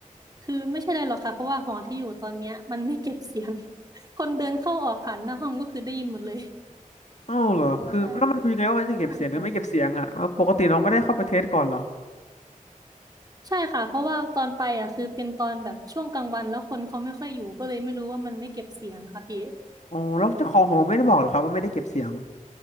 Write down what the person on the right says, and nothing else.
คือไม่ใช่อะไรหรอกค่ะเพราะว่าหอที่อยู่ตอนเนี้ยมันไม่เก็บเสียง <laughs> คนเดินเข้าออกผ่านหน้าห้องก็คือได้ยินหมดเลย
ใช่ใช่ค่ะใช่ค่ะเพราะว่าตอนไปอ่ะคือเป็นตอนแบบช่วงกลางวันแล้วคนเขาไม่ค่อยอยู่ก็เลยไม่รู้ว่ามันไม่เก็บเสียงค่ะพี่